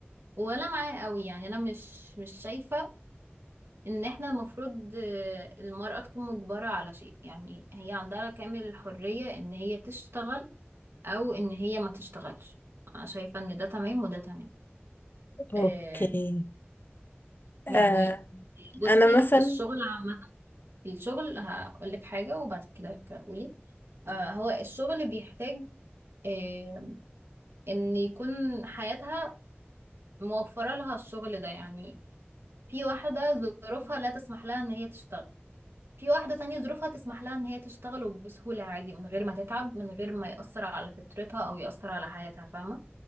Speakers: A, on the right; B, on the left.
A: ولا معاه قوي يعني انا مش مش شايفة ان احنا المفروض اه، المرأة تكون مجبرة على شيء يعني هي عندها كامل الحرية ان هي تشتغل او ان هي ما تشتغلش انا شايفة ان ده تمام وده تمام
B: اوكي
A: ام،
B: آه
A: يعني بصي
B: انا مثلا
A: الشغل عامة الشغل هقولك حاجة وبعد كده قولي اه، هو الشغل بيحتاج اه، ان يكون حياتها موفرة لها الشغل ده يعني في واحدة ظروفها لا تسمح لها ان هي تشتغل في واحدة تانية ظروفها تسمح لها ان هي تشتغل وبسهولة عادي من غير ما تتعب من غير ما يأثر على فطرتها او يأثر على حياتها فاهمة